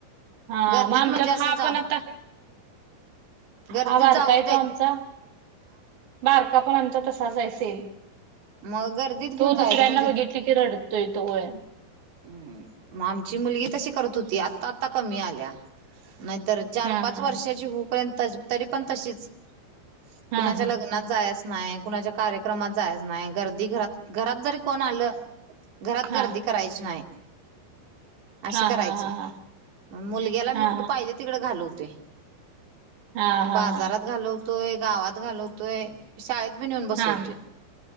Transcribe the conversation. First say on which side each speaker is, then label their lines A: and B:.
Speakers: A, on the right; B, on the right.
A: हा
B: गर्दीत
A: मग आमच्यात
B: म्हणजे असं
A: हा
B: जा
A: पण आता
B: गर्दीत
A: हा बारका
B: जाऊ
A: आहे आमचा बारका पण आमचा तसाच आहे सेम
B: मग गर्दीत घेऊन
A: तो
B: जायचं.
A: दुसऱ्यांना
B: म्हणजे
A: बघितली रडतोय तो होय.
B: हम्. मग आमची मुलगी तशी करत होती. आता आता कमी आल्या नाहीतर, चार
A: हा
B: पाच
A: हा
B: वर्षाची होऊ पर्यंत तरी पण तशीच
A: हा
B: कुणाच्या
A: हा
B: लग्नात जायच नाही कुणाच्या कार्यक्रमात जायच नाही गर्दी घरात घरात जरी कोण आलं घरात गर्दी
A: हा
B: करायची नाही. अशी
A: हा
B: करायची
A: हा हा
B: म मुलग्याला मी
A: हा
B: कुठे पाहिजे तिकडं घालवते.
A: हा हा हा
B: बाजारात
A: हा
B: घालवतोय गावात घालवतोय शाळेत बी नेऊन बसवतोय.
A: हा
B: <inaudible>